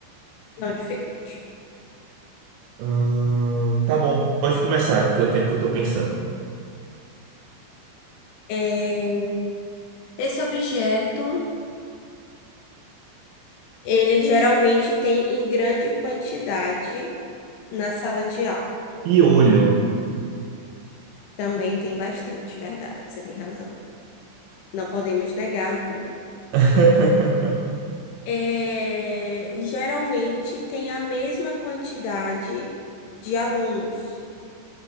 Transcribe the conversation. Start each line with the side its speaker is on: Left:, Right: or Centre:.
Left: Não dificulte.
Right: Ahn, tá bom, pode começar, que é o tempo que eu tô pensando.
Left: É, Esse objeto, ele geralmente tem em grande quantidade na sala de aula.
Right: Piolho.
Left: Também tem bastante, verdade. Você tem razão. Não podemos negar o pior.
Right: <laughs>
Left: É, Geralmente tem a mesma quantidade de alunos.